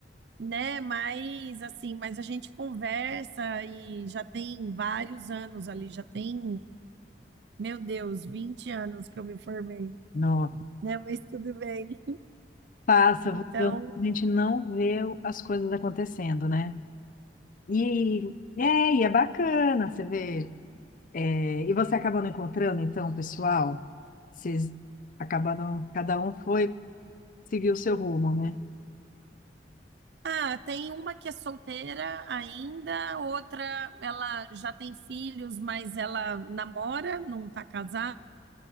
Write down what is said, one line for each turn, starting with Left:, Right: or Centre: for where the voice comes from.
Right: né? Mas, assim, mas a gente conversa e já tem vários anos ali, já tem, meu Deus, 20 anos que eu me formei,
Left: Nossa.
Right: né? Mas tudo bem.
Left: Passa,
Right: Então,
Left: voltando, a gente não vê o- as coisas acontecendo, né? E é, e é bacana, você vê. É, e você acabando encontrando, então, o pessoal, vocês acabaram, cada um foi seguir o seu rumo, né?
Right: Ah, tem uma que é solteira ainda, outra ela já tem filhos, mas ela namora, não está casada.